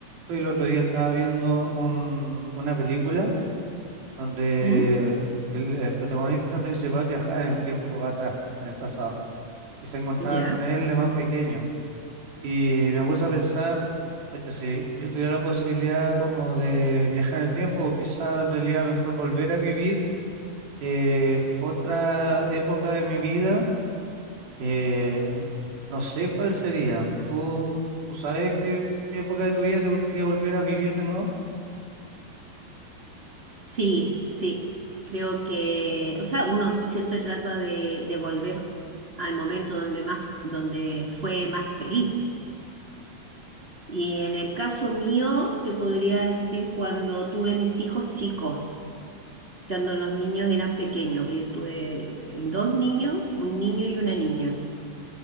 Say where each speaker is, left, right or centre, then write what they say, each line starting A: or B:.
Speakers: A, on the right; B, on the right.
A: Hoy el otro día estaba viendo un, una película donde
B: ¿Mm?
A: el, el protagonista principal viajaba en el tiempo atrás, en el pasado, y se encontraba
B: ¿Ya?
A: con él de más pequeño. Y me puse a pensar, oye, si yo tuviera la posibilidad como de viajar en el tiempo, o quizá en realidad mejor volver a vivir eh, otra época de mi vida, eh, no sé cuál sería. ¿Tú, tú sabes qué, qué época de tu vida te gustaría volver a vivir de nuevo?
B: Sí, sí, creo que, o sea, uno siempre trata de, de volver al momento donde más, donde fue más feliz. Y en el caso mío, te podría decir cuando tuve mis hijos chicos, cuando los niños eran pequeños. Yo tuve eh, dos niños, un niño y una niña.